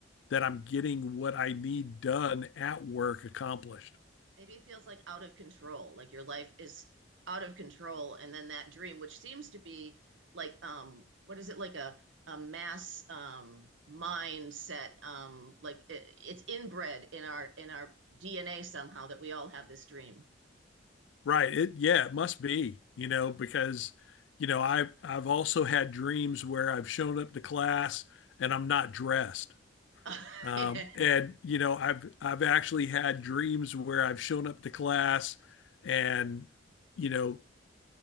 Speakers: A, on the left; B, on the right.
A: that I'm getting what I need done at work accomplished.
B: Maybe it feels like out of control, like your life is out of control. And then that dream, which seems to be like, um, what is it, like a, a mass um, mindset, um, like it, it's inbred in our in our DNA somehow that we all have this dream.
A: Right. It, yeah, it must be, you know, because, you know, I've I've also had dreams where I've shown up to class and I'm not dressed.
B: <laughs>
A: Um,
B: Yeah.
A: and you know, I've I've actually had dreams where I've shown up to class and, you know,